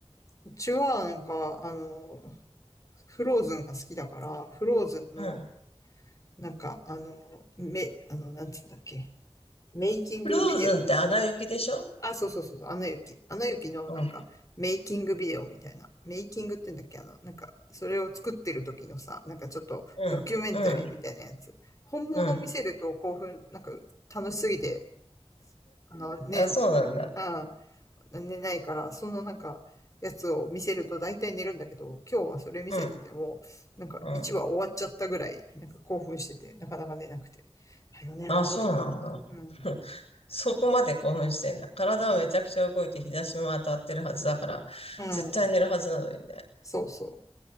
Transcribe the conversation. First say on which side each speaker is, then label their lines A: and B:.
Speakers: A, on the left (about 30°); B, on the left (about 65°).
A: うちはなんか、あの、フローズンが好きだから、フローズンの、
B: うん。
A: なんか、あの、め、あの、なんつうんだっけ、メイキングビデオ。
B: フローズンってアナ雪でしょ
A: あ、そうそうそうそう、アナ雪。アナ雪のなんか、
B: うん、
A: メイキングビデオみたいな。メイキングって言うんだっけあの、なんか、それを作ってる時のさ、なんかちょっとドキュメンタリーみたいなやつ。
B: うん、うん、うん。
A: 本物見せると興奮、
B: うん
A: なんか楽しすぎてあの、ね、
B: あ、そうなんだ。
A: うん、寝ないから、そのなんか、やつを見せると大体寝るんだけど、今日はそれ見せてても、
B: うん、
A: なんか1話終わっちゃったぐらい、
B: うん。
A: なんか興奮してて、なかなか寝なくて。はよ寝ろーと。
B: あ、そうなんだ。
A: うん。
B: <laughs> そこまで興奮してんだ。体はめちゃくちゃ動いて日差しも当たってるはずだから、
A: うん。うん。
B: 絶対寝るはずなのにね。
A: そうそう。